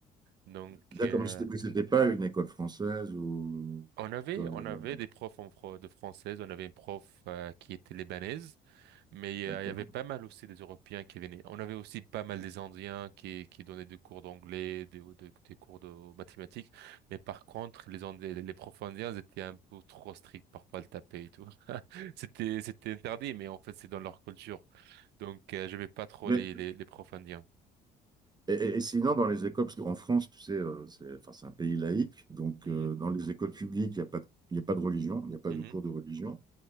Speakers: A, on the right (about 70°); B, on the right (about 25°).
A: Donc
B: D'accord,
A: euh,
B: mais c'était mais c'était pas une école française ou
A: On avait,
B: école.
A: on
B: euh,
A: avait des profs en fro- de française, on avait une prof euh, qui était libanaise, mais euh,
B: d'accord.
A: il y avait pas mal aussi des Européens qui venaient. On avait aussi pas mal des Indiens qui, qui donnaient des cours d'anglais, des, des- des cours de mathématiques, mais par contre, les, Indi- les profs indiens ils étaient un peu trop stricts, parfois le taper et tout. <laughs> C'était, c'était interdit, mais en fait, c'est dans leur culture. Donc, euh, je n'aimais pas trop
B: Mais,
A: les, les, les profs indiens.
B: et, et- et sinon, dans les écoles, parce qu'en France, tu sais, euh, c'est enfin, c'est un pays laïque, donc
A: Mhm,
B: euh, dans les écoles publiques, il n'y a pas, de- il y a pas de religion, il n'y a pas
A: mhm.
B: de cours de religion.